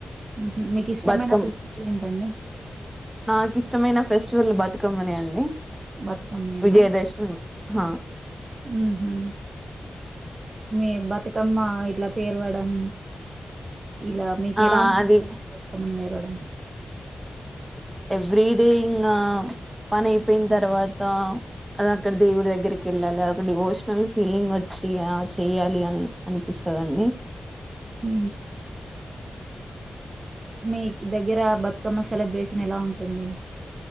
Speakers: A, on the right (about 45°); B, on the right (about 15°).
A: మ్హూ. మీకు ఇష్టమైన
B: బతుకమ్మ
A: ఫెస్టివల్ ఏంటండి
B: నాకు ఇష్టమైన ఫెస్టివల్ బతుకమ్మని అండి
A: బతుకమ్మేనా
B: విజయదశమి అ
A: ఉహు మీ బతుకమ్మ ఇట్లా పేరవడం ఇలా అ మీక
B: ఆ
A: ఎలా
B: అది
A: అమేర చడం
B: ఎవ్రీడే ఇంకా పని అయిపోయిన తర్వాత అద అక్కడ దేవుడి దగ్గరికి వెళ్ళాలి అదొ ఒక డిమోషనల్ ఫీలింగ్ వచ్చి ఆ చేయాలి అని అనిపిస్తుందండి
A: హ మీ దగ్గర బతుకమ్మ సెలబ్రేషన్ ఎలా ఉంటుంది